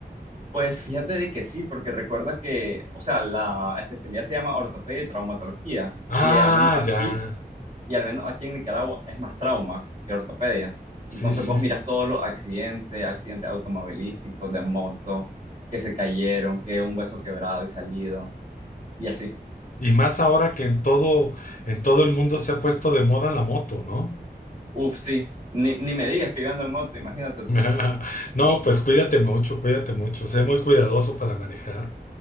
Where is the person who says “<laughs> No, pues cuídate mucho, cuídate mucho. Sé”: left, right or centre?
Left